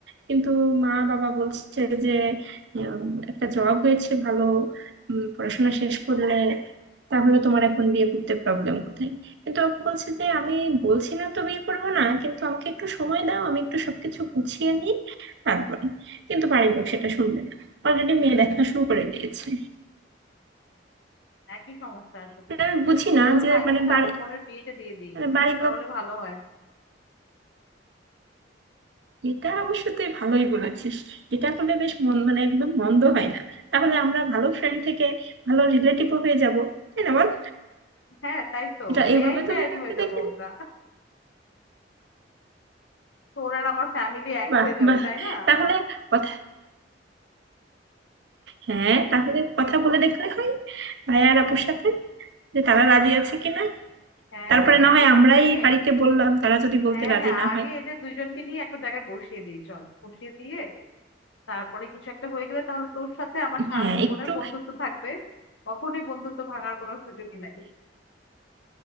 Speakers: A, on the right; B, on the left.
A: কিন্তু মা বাবা বলছে যে উম, একটা জব হয়েছে ভালো উম, পড়াশোনা শেষ করলে তাহলে তোমার এখন বিয়ে করতে প্রবলেম কোথায় কিন্তু ও বলছে যে আমি বলছি না তো বিয়ে করবো না কিন্তু আমাকে একটু সময় দাও আমি একটু সবকিছু গুছিয়ে নিই তারপরে কিন্তু বাড়ির লোক সেটা শুনবে না অলরেডি মেয়ে দেখা শুরু করে দিয়েছে
B: একই সমস্যা আসলে
A: মানে আমি বুঝি না
B: তোর
A: যে
B: ভাইয়ের
A: মানে
B: সাথে
A: বাড়ি
B: আমার বোনের বিয়েটা দিয়ে দিই
A: মানে বাড়ির
B: তাহলে
A: লোক
B: ভালো হয়
A: এটা অবশ্য তুই ভালোই বলেছিস এটা হলে বেশ মন মানে একদম মন্দ হয় না তাহলে আমরা ভালো ফ্রেন্ড থেকে ভালো রিলেটিভও হয়ে যাব তাই না বল
B: হ্যাঁ তাই তো
A: এটা
B: বেআইন
A: এইভাবে তো
B: বেআইন
A: আমি ভেবে
B: হয়ে যাবো
A: দেখিনি
B: আমরা তোর আর আমার ফ্যামিলি এক
A: বাহ
B: হয়ে যাবে
A: বাহ
B: তাই না
A: তাহলে কথা হ্যাঁ তাহলে কথা বলে দেখলে হয় ভাই আর আপুর সাথে যে তারা রাজি আছে কিনা
B: হ্যাঁ
A: তারপরে
B: হ্যাঁ
A: না
B: তাদেরকে
A: হয় আমরাই
B: নিয়ে
A: বাড়িতে বললাম তারা যদি বলতে
B: হ্যাঁ
A: রাজি
B: হ্যাঁ
A: না
B: আগে
A: হয়
B: এদের দুইজনকে নিয়ে একটা জায়গায় বসিয়ে দিই চল বসিয়ে দিয়ে তারপরে কিছু একটা হয়ে গেলে তাহলে তোর সাথে আমার সারা
A: হ্যাঁ
B: জীবনের
A: একটু
B: বন্ধুত্ব থাকবে কখনোই বন্ধুত্ব ভাঙার কোনো সুযোগই নাই